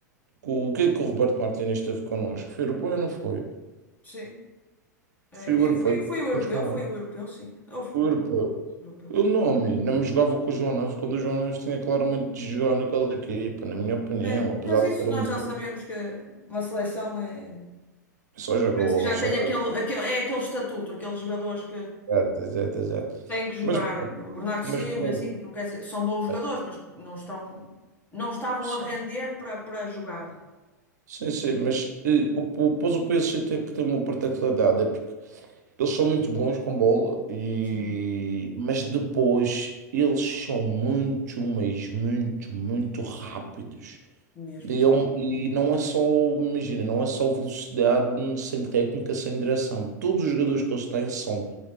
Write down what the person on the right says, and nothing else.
O que é que o Roberto Martínez esteve connosco? Foi europeu ou não foi?
Foi o europeu,
perdemos
com
ele.
Foi o europeu.
Eu
não, amigo, não me jogava com o João Neves quando o João Neves tinha claramente de jogar naquela equipa, na minha opinião,
apesar
de ter
um menino,
só jogou,
só
jogou.
Exato, exato, exato.
Mas pronto,
mas
pronto.
eh,
Sim,
sim, sim, mas eh, o, o, pois o PSG tem que ter uma particularidade, é porque Eles são muito bons com bola, e...
mas depois eles são muito, mas muito, muito rápidos.
E, é um- e não é só, imagina, não é só velocidade sem técnica, sem direção. Todos os jogadores que eles têm são